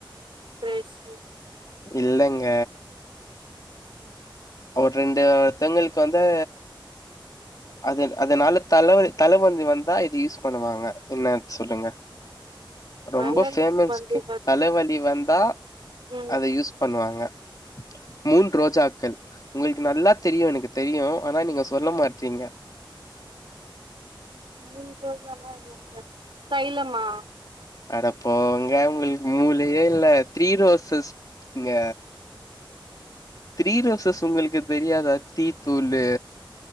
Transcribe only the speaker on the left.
இல்லங்க ஒரு ரெண்டு தெங்களுக்கு வந்து அது அதனால தலைவ தலைவந்தி வந்தா இது யூஸ் பண்ணுவாங்க என்ன சொல்லுங்க ரொம்ப
ஃபேமன்ஸ்க்
தலைவலி வந்தா
அத யூஸ் பண்ணுவாங்க மூன் ரோஜாக்கள் உங்களுக்கு நல்லா தெரியு எனக்கு தெரியு ஆனா நீங்க சொல்ல மாட்றீங்க
அட போங்க உங்களுக்கு மூளயே இல்ல த்ரீ ரோசஸ் ங்க த்ரீரோசஸ் உங்களுக்கு தெரியாதா டீத்தூளு